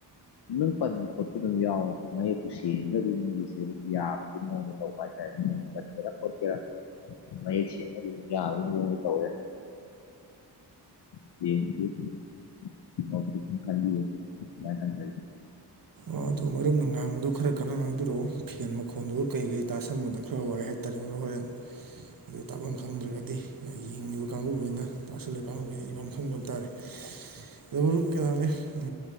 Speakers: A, on the left; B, on the right.
A: ꯅꯣꯏ ꯄꯟꯕ ꯈꯣꯠꯄ ꯑꯗꯨꯝ ꯌꯥꯎꯋꯦ ꯃꯌꯦꯛꯄꯨ ꯁꯦꯡꯉꯒꯗꯤ ꯃꯣꯏꯒꯤꯁꯦ ꯑꯗꯨꯝ ꯌꯥꯕꯒꯤ ꯃꯑꯣꯡꯗ ꯇꯧꯕ ꯍꯥꯏꯇꯥꯔꯦ ꯇꯠꯀ‌ꯦꯔꯥ ꯈꯣꯠꯀꯦꯔꯥ ꯃꯌꯦꯛ ꯁꯦꯡꯉ ꯑꯗꯨꯝ ꯌꯥꯕꯩ ꯃꯑꯣꯡꯗ ꯇꯧꯔ‌ꯦ <unintelligible>
B: ꯑꯣ ꯑꯗꯣ ꯃꯔꯨꯞꯅ ꯉꯥꯡꯕꯗꯣ ꯈꯔ ꯀꯟꯅ ꯉꯥꯡꯕꯤꯔꯛꯑꯣ ꯐꯦꯟ ꯃꯈꯣꯟꯗꯨꯒ ꯀꯩꯒ ꯑꯩ ꯇꯥꯁꯟꯕꯗ ꯈꯔ ꯋꯥꯏ ꯍꯥꯏ ꯇꯥꯖꯧꯒ‌ꯣꯗ ꯍ‌ꯣꯔ‌ꯦꯟ ꯑꯗꯨ ꯇꯥꯕꯝ ꯈꯪꯗ꯭ꯔꯒꯗꯤ ꯌꯦꯡꯉꯤꯕ ꯀꯥꯡꯕꯨꯒꯩꯅ ꯇꯥꯁꯜꯂꯤ ꯀꯥꯡꯕꯨꯒꯩꯅ ꯏꯕꯝ ꯈꯪꯗꯕ ꯇꯥꯔꯦ ꯂ‌ꯦꯕ‌ꯦꯜ ꯀꯩꯅ‌ꯣꯅꯤ ꯑ